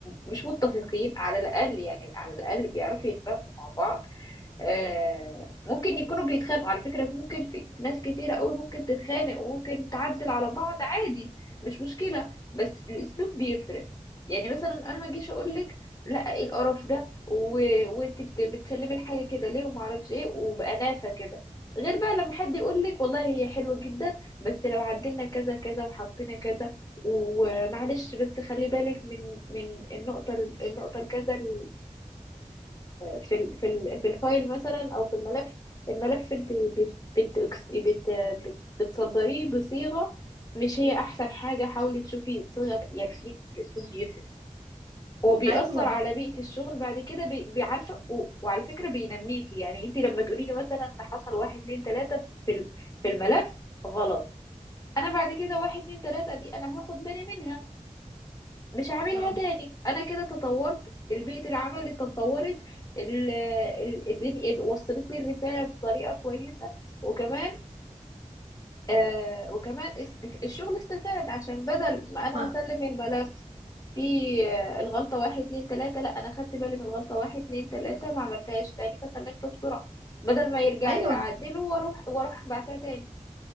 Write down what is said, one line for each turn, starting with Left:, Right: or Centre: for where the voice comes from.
Left: مش متفقين على الأقل يعني على الأقل بيعرفوا يتفاهموا مع بعض آه، ممكن يكونوا بيتخانقوا على فكرة ممكن في في ناس كتيرة قوي ممكن تتخانق وممكن تعدل على بعض عادي مش مشكلة بس الأسلوب بيفرق يعني مثلا أنا ما أجيش أقول لك لا إيه القرف ده و... وأنت بت... بتسلمي الحاجة كده ليه وما أعرفش إيه وبأنافة كده غير بقى لما حد يقول لك والله هي حلوة جدا بس لو عدلنا كذا كذا وحطينا كذا ومعلش بس خلي بالك من من النقطة النقطة الكذا ال- في ال في ال في الفايل مثلا او في الملف الملف انت بت بت بت بت بتصدريه بصيغه مش هي احسن حاجه حاولي تشوفي صيغه يعني في الاسلوب بيفرق وبيأثر
Right: ايوه
Left: على بيئه الشغل بعد كده بي- بيعرفه و- وعلى فكره بينميكي يعني انت لما تقولي لي مثلا ده حصل واحد اتنين تلاته في ال- في الملف غلط انا بعد كده واحد اتنين تلاته دي انا هاخد بالي منها مش هعملها
Right: اه
Left: تاني انا كده تطورت البيئة العمل اللي تطورت ال- ال- الدنيا ال- وصلت لي الرسالة بطريقة كويسة وكمان آه وكمان اس- الشغل استفاد عشان بدل ما انا
Right: ما
Left: هسلم الملف في آه، الغلطة واحد اتنين تلاتة لا انا خدت بالي من الغلطة واحد اتنين تلاتة ما عملتهاش تاني فسلمته بسرعة بدل ما يرجع
Right: ايوه
Left: لي اعدله واروح واروح بعتها تاني